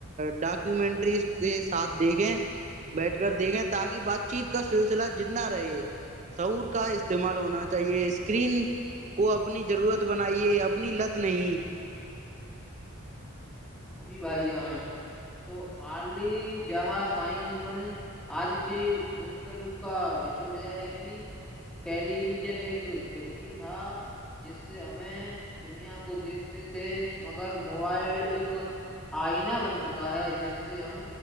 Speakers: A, on the right; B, in the centre.
A: ڈاکومنٹری کے ساتھ دیکھیں بیٹھ کر دیکھیں تاکہ بات چیت کا سلسلہ جندا رہے سعور کا استعمال ہونا چاہیے اسکرین کو اپنی ضرورت بنائیے اپنی لت نہیں
B: جی بھائی جان تو علی جہاں شائمن آج کے گوتلو کا نچوڑ یہ ہے کہ ٹیلی ویژن ایک کھڑکی تھا جس سے ہمیں دنیا کو دیکھتے تھے مگر موبائل ایک آئینہ بن چکا ہے جس سے ہم